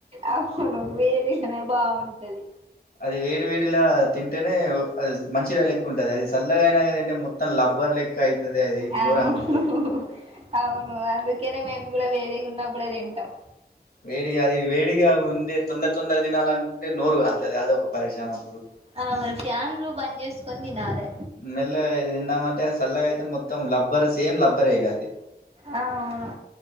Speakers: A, on the right; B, on the left.
A: అవును వేరేగానే బాగుంటది
B: అది వేడి వేడిలా తింటేనే మంచిగా లెక్ ఉంటది అది చల్లగా అయినాదంటే మొత్తం లబ్బర్ లెక్ టయితది అది
A: అవును
B: ఘోరంగా ఉంటది
A: అవును అందుకనే మేము కూడా వేడి గున్నప్పుడే తింటాం
B: వేడిగా అది వేడిగా ఉందే తొందర తొందర తినాలనుకుంటే నోరు కలుతది అదోక పరేషన్ అప్పుడు
A: అవును ఫ్యాన్లు బంద్ చేసుకొని తినాలే
B: మెల్లగ ఇది తిందామంటే చల్లగా అయితే మొత్తం లబ్బర్ సేమ్ లబ్బరే ఇగ అది
A: ఆ అవును